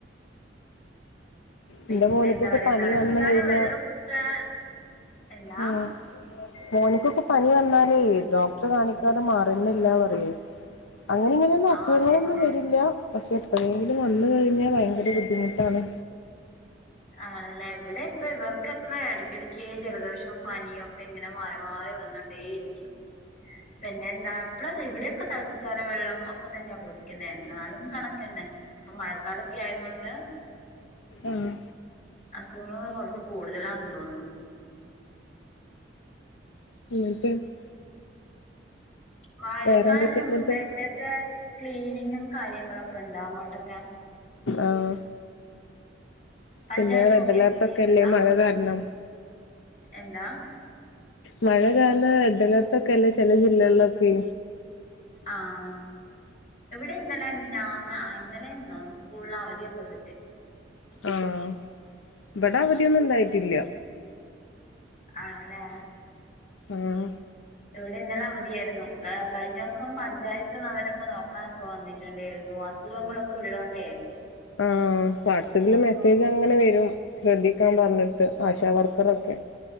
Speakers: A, on the left; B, on the left.
A: പിന്നെ
B: എന്റെ മോനിക്കൊക്കെ
A: എന്താ പറയാ
B: പനി
A: തിളപ്പിച്ചാല്
B: വന്ന് കഴിഞ്ഞാ
A: വെള്ളമൊക്കെ എന്താ
B: ആഹ് മോനിക്കൊക്കെ പനി വന്നാലേ ഡോക്ടർ കാണിക്കാതെ മാറുന്നില്ല പറയും അങ്ങനെ ഇങ്ങനെയൊന്നും അസുഖങ്ങളൊന്നും
A: ആഹ് അതന്നെ
B: വരില്ല പക്ഷെ എപ്പോഴെങ്കിലും വന്ന് കഴിഞ്ഞാൽ ഭയങ്കര ബുദ്ധിമുട്ടാണ്
A: ആണല്ലേ ഇവിടെ ഇപ്പം ഇവർക്കെപ്പം ഇടയ്ക്കിടയ്ക്ക് ജലദോഷവും പനിയും ഒക്കെ ഇങ്ങനെ മാറി മാറി വന്നോണ്ടേയിരിക്കും പിന്നെ എന്താ ഇപ്പള് ഇവിടെയൊക്കെ തിളപ്പിച്ചാറിയ വെള്ളം ഒക്കെ തന്നെയാ കുടിക്കുന്ന എന്നാലും കണക്ക് തന്നെ ഇപ്പം മഴക്കാലൊക്കെ ആയതുകൊണ്ട്
B: ആഹ്
A: അസുഖങ്ങൾ കുറച്ച് കൂടുതലാണന്ന് തോന്നുന്നു
B: <unintelligible>
A: മഴക്കാലത്തിന്
B: വേറെന്തൊക്കെയാ
A: മുമ്പ്
B: എന്നിട്ട്
A: ആവിടെയൊക്കെ ക്ലീനിങ്ങും കാര്യങ്ങളൊക്കെ ഉണ്ടോ അങ്ങോട്ടൊക്കെ
B: ആഹ്
A: പഞ്ചായത്ത്
B: പിന്നെ റെഡ്
A: മുഖേന
B: അലർട്ട്
A: ചെയ്യുന്നതാ
B: ഒക്കെല്ലേ മഴ കാരണം
A: എന്താ
B: മഴ കാരണം റെഡ് അലർട്ട് ഒക്കെ അല്ലേ ചില ജില്ലകളിലൊക്കെ
A: ആഹ് ഇവിടെ ഇന്നലെ മിഞ്ഞാന്ന് ആ ഇന്നലെന്ന സ്കൂളിന് അവധിയൊക്കെ കിട്ടി
B: ആഹ് ഇവിടെ അവധിയൊന്നും ഉണ്ടായിട്ടില്ല
A: ആണല്ലേ
B: ആഹ്
A: ഇവിടെ ഇന്നലെ അവധിയായിരുന്നു കഴിഞ്ഞ ദിവസം പഞ്ചായത്ത് നിന്ന് അവരൊക്കെ നോക്കാനൊക്കെ വന്നിട്ടുണ്ടായിരുന്നു അസുഖങ്ങളൊക്കെ ഉള്ളോണ്ടേ
B: ആ വാട്സആപ്പില്
A: അപ്പൊ
B: മെസ്സേജ് അയ ഇങ്ങനെ വരും ശ്രദ്ധിക്കാൻ പറഞ്ഞിട്ട് ആശാ വർക്കർറൊക്കെ